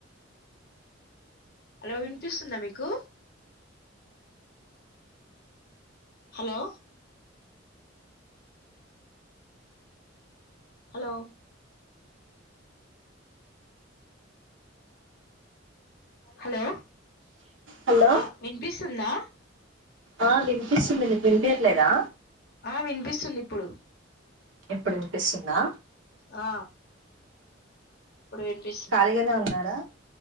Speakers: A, on the left; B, on the right.
A: హలో వినిపిస్తుందా మీకు హలో హలో హలో
B: హలో
A: ఆ వినిపిస్తుందా
B: ఆ వినిపిస్తుంది నీకు వినిపియట్లేదా
A: ఆ వినిపిస్తుంది ఇప్పుడు
B: ఇప్పుడు వినిపిస్తుందా
A: ఆ ఇప్పుడు వినిపిస్తుంది
B: ఖాళీగానే ఉన్నారా